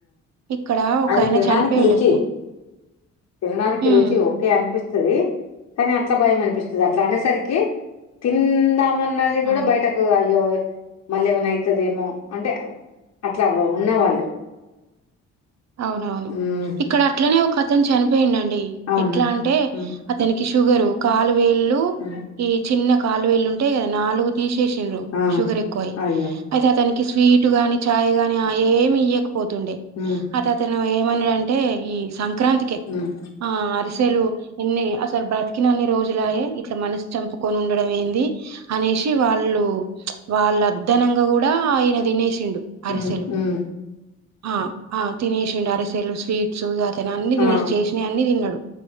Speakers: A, on the right; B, on the left.
A: ఇక్కడ ఒకయన
B: అది తినడానికి
A: చనిపోయిండు
B: రుచి తినడానికి
A: ఉమ్
B: రుచి ఓకే అనిపి స్తది కానీ అట్లా భయం అనిపిస్తది అట్లా అనేసరికి తిందాం మన్నది కూడా
A: అవును
B: బయటకు అయ్యే మళ్ళేమన్న అయితదేమో అంటే అట్ల వ ఉన్నవాళ్ళు
A: అవునవును
B: మ్మ్
A: ఇక్కడ అట్లనే ఒకతను చనిపోయిందండి,
B: అవును
A: ఎట్లా అంటే
B: మ్మ్
A: అతనిక్ షుగరు కాలువేళ్ళు
B: మ్మ్
A: ఈ చిన్న కాలువేళ్ళు ఉంటయి గదా నాలుగు త్ తీసేసిండ్రు
B: ఆ
A: షుగర్ ఎక్కువై,
B: అయ్యో
A: అయితే అతనికి స్వీట్ గానీ చాయ్ గానీ ఆ ఏమి ఇయ్యక పోతుండే
B: మ్మ్
A: అత అతను ఏమన్నడంటే ఈ సంక్రాంతికి కే
B: మ్మ్
A: ఆ అరిసెలు ఎన్ని అసలు బ్రతికినన్ని రోజులాయే ఇట్లా మనసు చంపుకొని ఉండడం ఏంది అనేసి వాళ్ళు డు వాళ్లు అద్దనంగా గూడా ఈనెల తినేసిండు డు అరిసెలు
B: మ్మ్ మ్మ్
A: ఆ ఆ తినేసిండరిసెలు స్వి స్వీట్స్ ఇగ అట్లనే అన్ని తినేస్
B: ఆ
A: చేసినయన్ని తిన్నడు